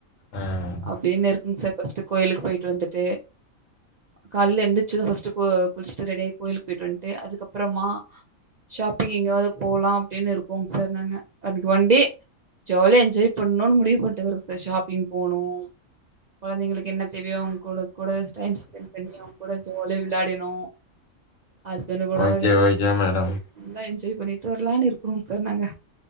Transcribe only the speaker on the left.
ஆ ஆ
ஓகே
ஓகே மேடம்